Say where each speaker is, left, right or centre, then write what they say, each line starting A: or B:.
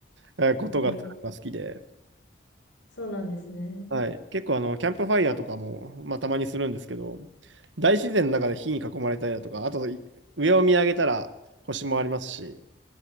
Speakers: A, on the right; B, on the left.
A: えーことが好きで、
B: えーそうなんですね。
A: はい、結構あの、キャンプファイヤーとかも、まあ、たまにするんですけど、大自然の中で火に囲まれたりだとか、あとい上を見上げたら星もありますし、